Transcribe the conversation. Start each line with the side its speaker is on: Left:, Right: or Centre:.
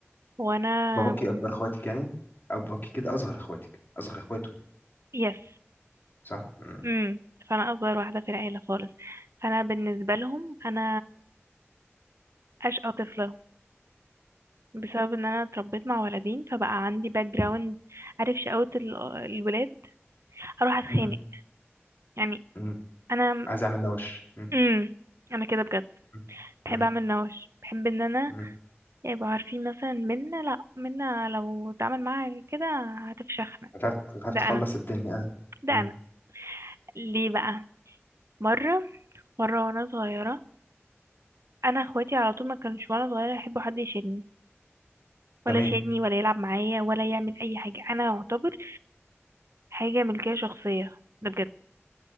Right: وانا
Left: باباكي
Right: من
Left: اكبر اخواتك يعني أو باباكي كده اصغر اخواتك اصغر اخواته
Right: yes
Left: صح مم.
Right: امم فانا اصغر واحده في العيله خالص فانا بالنسبه لهم انا اشقى طفله بسبب ان انا اتربيت مع ولدين فبقى عندي باك جراوند عارف شقاوة ال- آه، الولاد هروح اتخانق
Left: مم.
Right: يعني
Left: مم.
Right: انا
Left: عايز اعمل نوش مم.
Right: امم انا كده بجد
Left: مم.
Right: بحب
Left: مم.
Right: اعمل نوش بحب ان انا
Left: مم.
Right: يبقوا عارفين مثلا منا لا منا لو اتعامل معاها كده هتفشخنا
Left: هتعرف هتعرف
Right: ده
Left: تخلص
Right: انا
Left: الدنيا اه
Right: ده
Left: مم.
Right: انا ليه بقى مرة مرة وانا صغيرة انا اخواتي على طول ما كانش وانا صغيرة يحبوا حد يشيلني
Left: تمام
Right: ولا يشيلني ولا يلعب معايا ولا يعمل اي حاجة انا اعتبر حاجة ملكية شخصية ده بجد